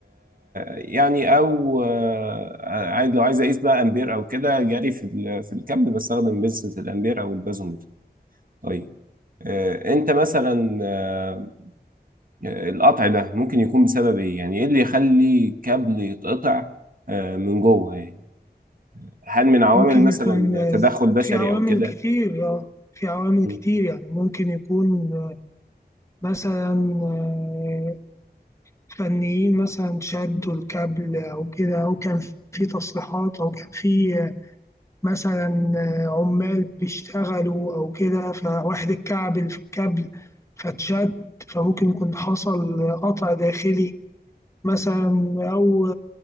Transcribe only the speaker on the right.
يعني او آه، عايز لو عايز اقيس بقى امبير او كده جري في ال- في الكابل بستخدم بنسة الامبير او البازوميتر طيب آه، انت مثلا آه، القطع ده ممكن يكون بسبب ايه يعني ايه اللي يخلي كابل يتقطع آه، من جوه يعني هل من عوامل
مثلا
تدخل بشري
او كده
مم.